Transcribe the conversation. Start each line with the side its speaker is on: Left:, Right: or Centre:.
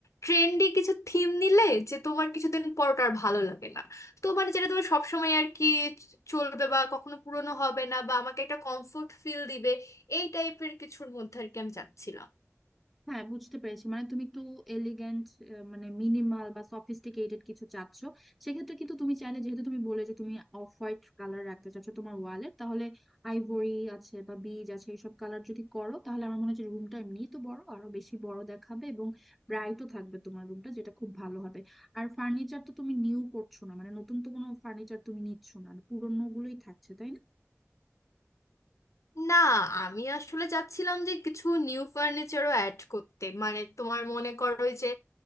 Left: ট্রেন্ডি কিছু থিম নিলে যে তোমার কিছুদিন পর ওটা আর ভালো লাগে না তো মানে যেটা তোমার সবসময় আর কি চলবে বা কখনো পুরনো হবে না বা আমাকে একটা কমফোর্ট ফিল দিবে এই টাইপের কিছুর মধ্যে আর কি আমি চাচ্ছিলাম
Centre: হ্যাঁ বুঝতে পেরেছি মানে তুমি একটু এলিগেন্ট মানে মিনিমাল বা সফিস্টিকেটেড কিছু চাচ্ছ সেক্ষেত্রে কিন্তু তুমি চাইলে যেহেতু তুমি বলে যে তুমি অফ হোয়াইট কালার রাখতে চাচ্ছ তোমার ওয়ালে তাহলে আইভরি আছে বা বিজ আছে এইসব কালার যদি করো তাহলে আমার মনে হচ্ছে রুমটা এমনিই তো বড় আরো বেশি বড় দেখাবে এবং ব্রাইটও থাকবে তোমার রুমটা যেটা খুব ভালো হবে আর ফার্নিচার তো তুমি নিউ করছো না মানে নতুন তো কোনো ফার্নিচার তুমি নিচ্ছ না পুরোনো গুলোই থাকছে তাই না
Left: না আমি আসলে চাচ্ছিলাম যে কিছু নিউ ফার্নিচারও অ্যাড করতে মানে তোমার মনে করো ওই যে